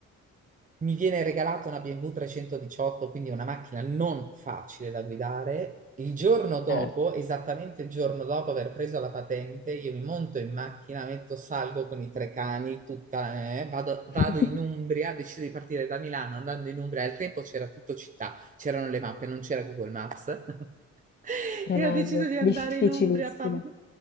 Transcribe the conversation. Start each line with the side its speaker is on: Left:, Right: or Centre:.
Right: Mi viene regalata una BMW 318, quindi una macchina non facile da guidare. Il giorno dopo,
Left: eh,
Right: esattamente il giorno dopo aver preso la patente, io mi monto in macchina, metto salgo con i tre cani, tutta, eh, vado, vado
Left: <laughs>
Right: in Umbria, decido di partire da Milano andando in Umbria. Al tempo c'era tutto città, c'erano le mappe, non c'era Google Maps. <laughs>
Left: Tremendo,
Right: E ho deciso di andare
Left: difficilissimo.
Right: in Umbria a farmi,